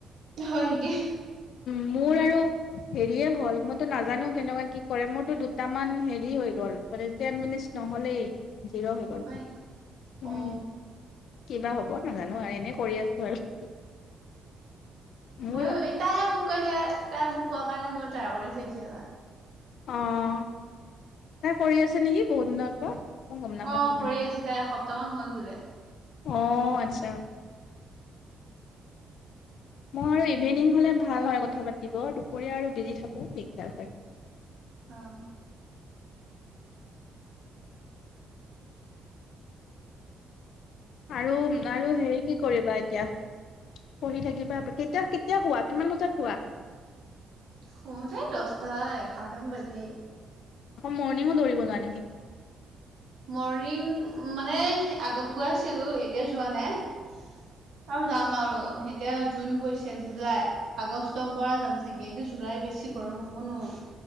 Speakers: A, on the right; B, on the left.
A: হয় নেকি?
B: মোৰ আৰু হেৰিয়ে হ'ল। মইতো নাজানো কেনেকুৱা কি কৰে। মোৰতো দুটামান হেৰি হৈ গ'ল। মানে তে নহ'লে জিৰ হৈ গ'ল।
A: হয় নেকি
B: উম।
A: অ
B: কিবা হ'ব, নাজানো আৰু। এনে কৰি আছোঁ আৰু। মোৰ
A: মইয়ো- এই তাইহে মোক কৈছে। তাই মোক কোৱা কাৰণে মই ট্ৰাই কৰি চাইছোঁ এটা।
B: অ' তাই কৰি আছে নেকি, বহুত দিনৰ পৰা? মই গম নাপাওঁ
A: অ'
B: কিমান
A: কৰি
B: দিন
A: আছে। তাই এসপ্তাহ মান হ'ল বোলে।
B: অ' আচ্ছা। মই আৰু ইভিনিং হ'লে ভাল হয় কথা পাতিব। দুপৰীয়া আৰু বিজি থাকোঁ। দিগদাৰ হয়।
A: অ'।
B: আৰু- আৰু হেৰি কি কৰিবা এতিয়া? পঢ়ি থাকিবা। কেতিয়া- কেতিয়া শুৱা? কিমান বজাত শুৱা?
A: শুওতে দশটা-এঘাৰটামান বাজে।
B: আকৌ মৰ্ণিঙো দৌৰিব যোৱা নেকি?
A: মৰ্ণিং মানে আগত গৈ আছিলোঁ। এতিয়া যোৱা নাই। আৰু যাম আৰু। এতিয়া জুন পৰিছে। জুলাই, আগষ্টৰ পৰা যাম চাগে। এটো জুলাই বেছি গৰম হ'ব ন'?